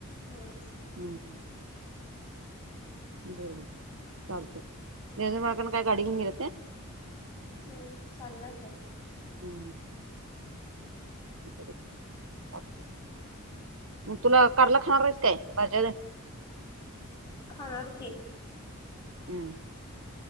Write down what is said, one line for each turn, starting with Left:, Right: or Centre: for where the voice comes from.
Left: हम्म
Right: ह. बरोबर चालते देव बाळकन काय गाडी घेऊन घे
Left: हम्म चाललाय भाहेर.
Right: हम्म. बरोबच. तुला कारल खाणार आहेस काय बाज्या
Left: खाणार की
Right: हम्म.